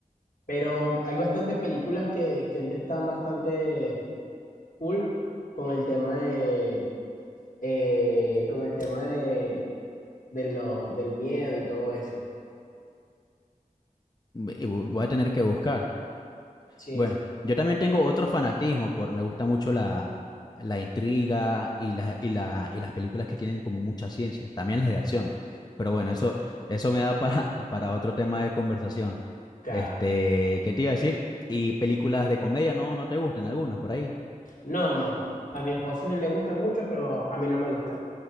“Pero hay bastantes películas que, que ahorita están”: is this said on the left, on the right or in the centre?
Left